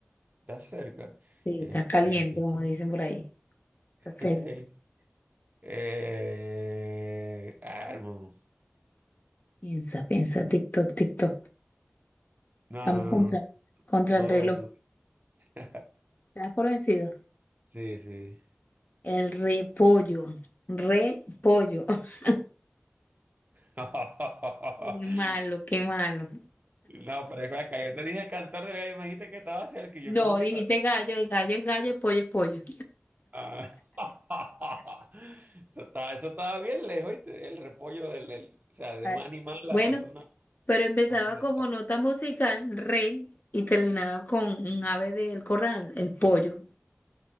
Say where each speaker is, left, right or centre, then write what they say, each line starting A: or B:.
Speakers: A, on the right (about 40°); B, on the left (about 45°).
A: está cerca.
B: Sí,
A: Este,
B: estás caliente,
A: el-
B: como dicen por ahí. Está cerca.
A: <laughs> eh, ah, hermano.
B: Piensa, piensa, TikTok, TikTok.
A: No,
B: Estamos
A: no, no,
B: contra,
A: no.
B: contra
A: No
B: el reloj.
A: no doy, no. <laughs>
B: ¿Estás por vencido?
A: Sí, sí.
B: El repollo. Repollo. <laughs>
A: <laughs>
B: Qué malo, qué malo.
A: No, pero es que yo te dije cantar del gallo, me dijiste que estaba cerca y yo
B: No,
A: como que
B: dijiste
A: estaba.
B: gallo, el gallo es gallo, el pollo es pollo.
A: Ah, <laughs> Eso estaba, eso estaba bien lejos, ¿oíste? El repollo del, del- o sea, de
B: Ah,
A: un animal la
B: Bueno.
A: pasó una.
B: pero empezaba
A: a una-
B: como nota musical, re, y terminaba con un ave del corral, el pollo,